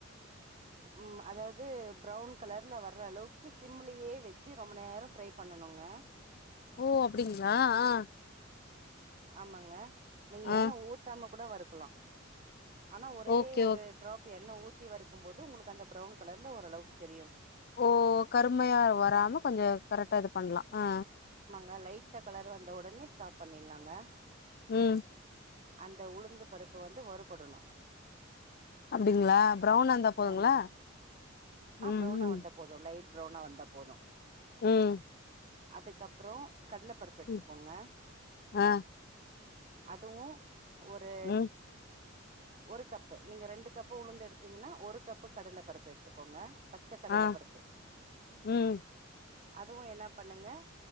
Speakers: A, on the right; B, on the left.
A: ம் அதாவது ப்ரவுன் கலர்ல வர்ற அளவுக்கு சிம்லயே வச்சு ரொம்ப நேரோ ஃப்ரை பண்ணணுங்க.
B: ஓ அப்டிங்களா ஆ
A: ஆமாங்க நீங்க
B: ஆ
A: எண்ண ஊத்தாம கூட வறுக்கலா. ஆனா ஒரே
B: ஓகே
A: ஒரு
B: ஓகே
A: ட்ராப் எண்ண ஊத்தி வறுக்கும்போது உங்களுக்கு அந்த பிரவுன் கலர்ல ஓரளவுக்கு தெரி
B: ஓ கருமையா வராம கொஞ்சோ கரெக்டா இது பண்லா. ஆ
A: க லைட்டா கலர் வந்த உடனே ஸ்டாப் பண்ணிடலாங்க.
B: ம்
A: அந்த உளுந்து பருப்பு வந்து வறுபடணு.
B: அப்டிங்களா பிரவுனா இருந்தா போதுங்களா?
A: ஆமாங்க ஆ
B: ம்
A: ப்ரௌனா
B: ம்
A: வந்தா போது லைட் ப்ரௌனா வந்தா போது.
B: ம்
A: அதுக்கப்றோ கடலப்பருப்பு எடுத்துக்கோங்க.
B: ம் ஆ
A: அதுவு ஒரு
B: ம்
A: ஒரு கப்பு நீங்க ரெண்டு கப்பு உளுந்து எடுத்தீங்கன்னா ஒரு கப்பு கடல பருப்பு எடுத்துக்கோங்க. பச்சக்கடல
B: ஆ
A: பருப்பு
B: ம்
A: அதுவு என்னா பண்ணுங்க